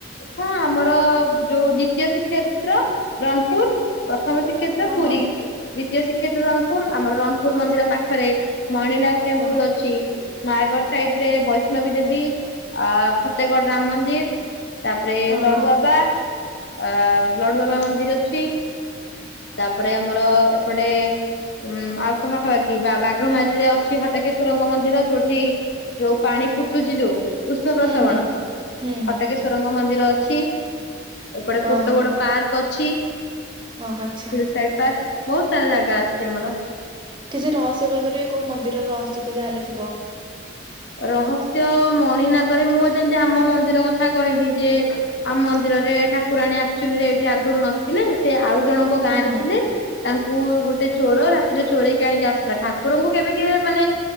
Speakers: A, on the left; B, on the right.
A: ହଁ ଆମର ଯୋଉ ଦ୍ଵିତୀୟ ସିକ୍ଷେତ୍ର ରଣପୁର ପ୍ରଥମ ଶି। ଶ୍ରୀକ୍ଷେତ୍ର
B: ହଁ
A: ପୁରୀ
B: ହଁ
A: ଦ୍ବିତୀୟ ଶ୍ରୀକ୍ଷେତ୍ର ରଣପୁର ଆମର ରଣପୁର ମନ୍ଦିର ପାଖରେ। ମଣିନାଗ ଟେମ୍ପୁଲ
B: ଓ
A: ଅଛି। ନୟାଗଡ ସାଇଟ ରେ ବୈଷ୍ଣବୀ ଦେବୀ ଆ ଫତେଗଡ୍ ରାମ ମନ୍ଦିର। ତାପରେ
B: ଓହୋ।
A: ଲଡୁବାବା ଆ ଲଡୁବାବା ମନ୍ଦିର ଅଛି। ତାପରେ ଆମର ଏପଟେ ଉଁ ଆଉ କଣ ପାଖା ପାଖି। କି ବା ବାଘ ମାରୀରେ ଅଛି ହଟକେଶ୍ଵରଙ୍କ ମନ୍ଦିର ଯୋଉଠି ଯୋଉ ପାଣି ଫୁଟୁଛି ଯୋଉ। ଉଷ୍ଣ ପ୍ରସବଣ
B: ହୁଁ ହୁଁ। ହୁଁ ହୁଁ।
A: ହଟେକେ ଙ୍କ ମନ୍ଦିର ଅଛି ଏପଟେ
B: ଓହୋ
A: ଗୋଟ ବଡ ପାର୍କ ଅଛି। ହ
B: ଓହୋ ଆଚ୍ଛା
A: ସାଇଡ ପାର୍କ ବହୁତ ସାରା ଜାଗା ଅଛି ଆମର।
B: କିଛି ରହସ୍ୟ କହିପାରିବେ, କୋଉ ମନ୍ଦିରର ରହସ୍ୟ ତ ଯାହାେଲେ ଥିବ।
A: ରହସ୍ୟ ମଣିନାଗରେ ମୁଁ ଯେମିତି ଆମ ମନ୍ଦିର କଥା କହିଲି ଯେ। ଆମ ମନ୍ଦିରରେ ଠାକୁରାଣୀ ଆକ୍ଚୁଆଲି ରେ। ଆଗରୁ ନଥିଲେ ସେ ଆଉ ଜଣଙ୍କ
B: ହୁଁ
A: ଗାଁ
B: ହୁଁ।
A: ରେ ଥିଲେ ତାଙ୍କୁ ଗୋଟେ ଚୋର ରାତି। ରାତିରେ ଚୋରେଇକି ଆଣିକି ଆସିଲା ଠାକୁରଙ୍କୁ କେବେ କିଏ ମାନେ